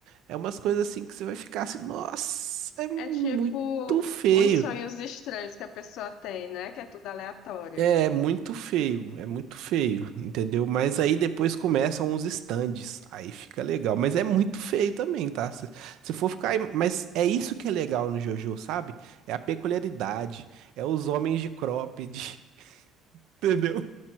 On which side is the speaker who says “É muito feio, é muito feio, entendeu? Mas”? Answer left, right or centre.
Right